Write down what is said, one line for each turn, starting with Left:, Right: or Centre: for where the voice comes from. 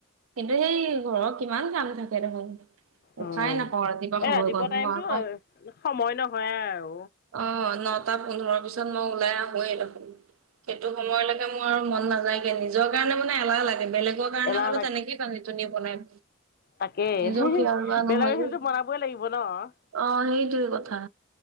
Right: কিন্তু সেই ঘৰত কিমান কাম থাকে দেখোন। উশাই
Left: উম,
Right: নাপাওঁ সময়কণ
Left: এই ৰাতিপুৱা টাইমতো
Right: মই আকৌ
Left: সময় নহয় আৰু।
Right: অ', নটা পোন্ধৰৰ পিছত মই ওলাই আহোঁয়েই দেখোন। সেইটো সময়লৈকে মোৰ আৰু মন নাযায়গে নিজৰ কাৰণে, মানে এলাহ লাগে বেলেগক কাৰণে
Left: এলাহ
Right: হ'লে তেনেকেইে তানি তোনি বনাই
Left: তাকেই,
Right: নিজৰ খিয়াল লোৱা নহয়
Left: বেলেগৰ খিনিটো
Right: যে
Left: বনাবই লাগিব ন'!
Right: অ', সেইটোয়ে কথা,